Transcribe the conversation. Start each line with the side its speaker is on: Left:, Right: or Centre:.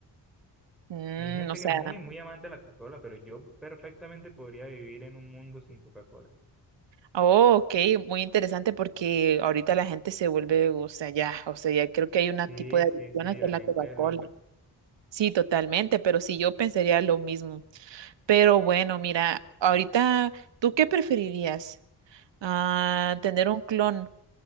Right: Mm,
Centre: Hay gente
Right: o sea,
Centre: que es muy, muy amante de la Coca-Cola, pero yo perfectamente podría vivir en un mundo sin Coca-Cola.
Right: oh, ok, muy interesante porque ahorita la gente se vuelve, o sea, ya, o sea, ya creo que hay un
Centre: Sí,
Right: tipo de
Centre: sí,
Right: adicción
Centre: sí,
Right: hacia
Centre: la
Right: la
Centre: gente
Right: Coca-Cola.
Centre: es loca.
Right: Sí, totalmente, pero sí, yo pensaría lo mismo. Pero bueno, mira, ahorita, ¿tú qué preferirías? Ah, ¿tener un clon?